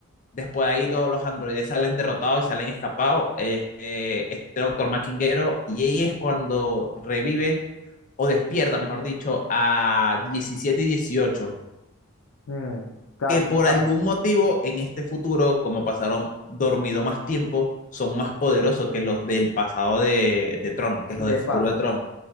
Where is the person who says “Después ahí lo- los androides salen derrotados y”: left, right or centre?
Left